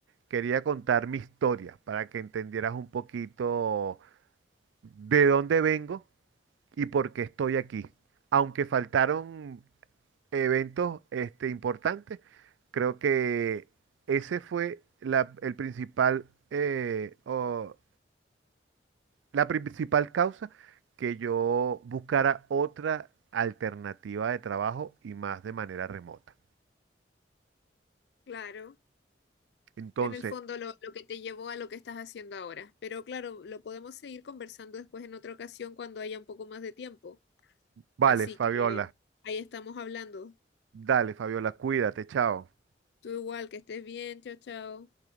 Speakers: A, on the right; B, on the left.
A: quería contar mi historia para que entendieras un poquito de dónde vengo y por qué estoy aquí. Aunque faltaron eventos este, importantes, creo que ese fue la, el principal, eh, o la principal causa que yo buscara otra alternativa de trabajo y más de manera remota.
B: Claro,
A: Entonces,
B: en el fondo lo, lo que te llevó a lo que estás haciendo ahora. Pero claro, lo podemos seguir conversando después en otra ocasión cuando haya un poco más de tiempo.
A: vale,
B: Así
A: Fabiola,
B: que ahí estamos hablando.
A: dale, Fabiola, cuídate, chao.
B: Tú igual, que estés bien, chao, chao.